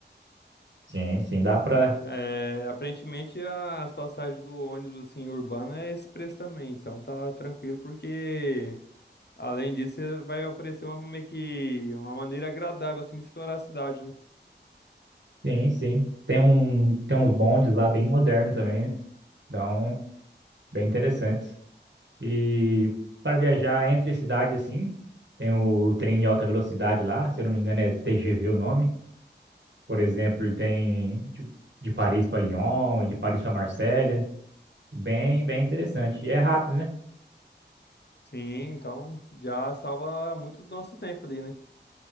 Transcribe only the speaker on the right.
Sim, sim, dá pra.
Sim, sim. Tem um, tem uns bondes lá bem modernos também, né? Então, bem interessantes. E para viajar entre cidades assim, tem o trem de alta velocidade lá, se eu não me engano é TGV o nome. Por exemplo, ele tem de, de Paris para Lyon, e de Paris para Marselha. Bem, bem interessante. E é rápido, né?